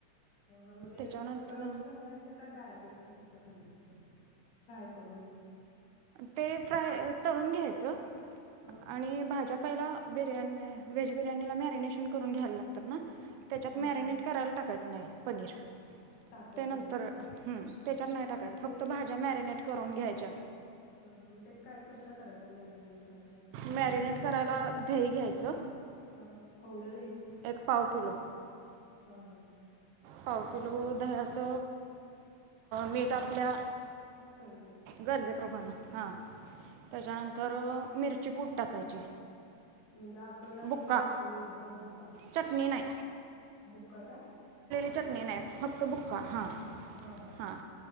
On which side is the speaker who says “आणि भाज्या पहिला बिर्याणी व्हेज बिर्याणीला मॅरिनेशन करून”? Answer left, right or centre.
Right